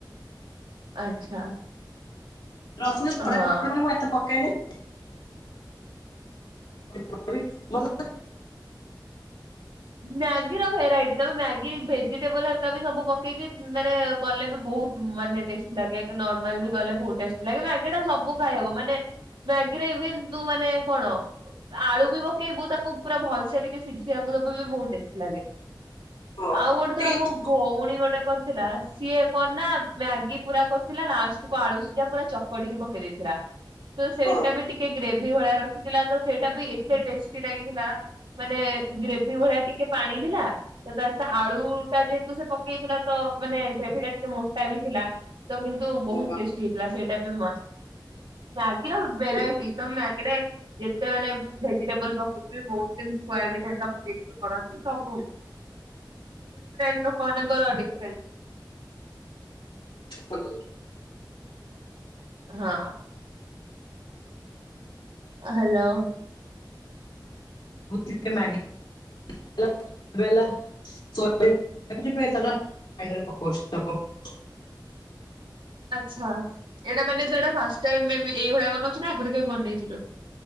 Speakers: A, on the right; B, on the left.
A: ଆଚ୍ଛା।
B: ରଶୁଣ ଛଡ଼େଇବାକୁ
A: ହଁ।
B: ପଡେ ବୋଲି ମୁଁ ଏତେ ପକାଏନାହିଁ। <unintelligible>
A: ମ୍ୟାଗିର ଭେରାଇଟି ତମେ ମ୍ୟାଗି ଭେଜିଟେବଲ ହେରିକା ବି ସବୁ ପକେଇକି ମାନେ କଲେ ବି ବହୁତ ମାନେ ଟେଷ୍ଟି ଲାଗେ ନର୍ମାଲ ବି ଗଲେ ବହୁତ ଟେଷ୍ଟି ଲାଗେ ମ୍ୟାଗିଟା ସବୁ ଖାଇହବ ମାନେ ମ୍ୟାଗିରେ ଇଭିନ ତୁ ମାନେ କଣ ଆଳୁ ବି ପକେଇବୁ ତାକୁ ପୁରା ଭଲସେ ଟିକେ ସିଝିବାକୁ ଦ ବୁ ବହୁତ ଟେଷ୍ଟି ଲାଗେ
B: ହଁ,
A: ଆଉ ଗୋଟେ
B: ଟିକେ
A: ଥର ମ ଭଉଣୀ ଗୋଟେ କରିଥିଲା ସିଏ କଣନା ମ୍ୟାଗି ପୁରା କରିଥିଲା ଲାଷ୍ଟ କୁ ଆଳୁ ସିଝା ପୁରା ଚ କଡିକି ପକେଇ ଦେଇଥିଲା। ତ ସେଇଟା
B: ହଁ,
A: ବି ଟିକେ ଗ୍ରେଭି ଭଳିଆ ରଖିଥିଲା ତ ସେଇଟା ବି ଏତେ ଟେଷ୍ଟି ଲାଗିଥିଲା। ମାନେ ଗ୍ରେଭି ଭଳିଆ ଟିକେ ପାଣି ଥିଲା ତ ତାର ସେ ଆଳୁ ଟା ଯେହେତୁ ସେ ପକେଇଥିଲା ତ ମାନେ ଗ୍ରେଭି ଟା ଟିକେ ମୋଟା ବି ଥିଲା। ତେ କିନ୍ତୁ ବହୁତ
B: ହଁ,
A: ଟେଷ୍ଟି ହେଇଥିଲା ସେଇଟା ବି ମସ୍ତ। ମ୍ୟାଗିର
B: ହଁ,
A: ଭେରାଇଟି ତମେ ମ୍ୟାଗିରେ ଯେତେ ମାନେ ଭେଜିଟେବଲ ପକେଇବ ବହୁତ <unintelligible> ସେଥିରୁ କରନ୍ତି ସବୁ ଡିଫେରେଣ୍ଟ ଲୋକ ମାନଙ୍କର ଡିଫେରେଣ୍ଟ
B: କୁହନ୍ତୁ।
A: ହଁ। ହ୍ୟାଲୋ।
B: ଯେତେ ମ୍ୟାଗି <unintelligible> ପକଉଛି ତାକୁ
A: ଆଚ୍ଛା ଏଇଟା ମାନେ ଯଉଟା ଫାଷ୍ଟଟାଇମ ଏଇଭଳିଆ ବନଉଛୁ ନା ଆଗରୁ କେବେ ବନେଇଥିଲୁ?